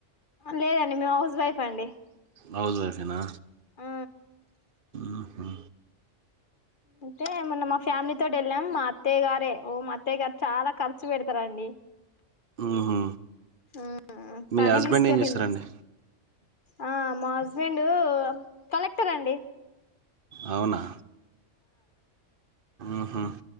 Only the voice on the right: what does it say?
హౌస్ వైఫేనా
ఆహా
ఊహు
మీ
హస్బెండ్
ఏం చేస్తారండి
అవునా ఉహు